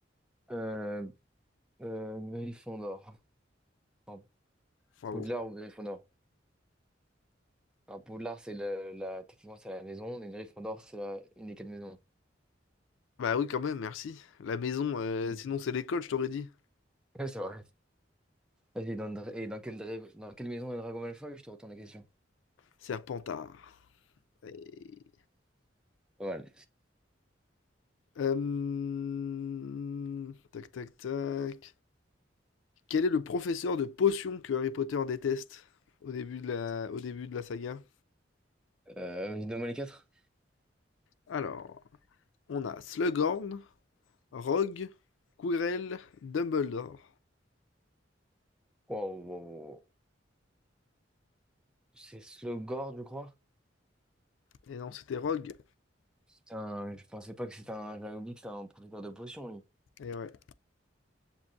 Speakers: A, in the centre; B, on the left.
A: Euh, euh, Gryffondor. Enfin,
B: bravo.
A: Poudlard ou Gryffondor. Enfin, Poudlard, c'est le- la, techniquement, c'est la maison, mais Gryffondor, c'est la- une des quatre maisons.
B: Bah oui, quand même, merci. La maison, euh,
A: Mm.
B: sinon
A: <laughs>
B: c'est l'école, je t'aurais dit.
A: Ouais, c'est vrai. Vas-y, dans, dra- et dans quelle, dra- dans quelle maison est Drago Malfoy? Je te retourne la question.
B: Serpentard. Et
A: Pas mal.
B: Hem, tac, tac, tac. Quel est le professeur de potions que Harry Potter déteste au début de la, au début de la saga?
A: Euh, vas-y, donne-moi les quatre.
B: Alors, on a Slughorn, Rogue, Quirrell, Dumbledore.
A: Waouh, waouh, waouh. C'est Slogord, je crois.
B: Et non, c'était Rogue.
A: C'est un... Je pensais pas que c'était un... J'avais oublié que c'était un producteur de potions, lui.
B: Et ouais.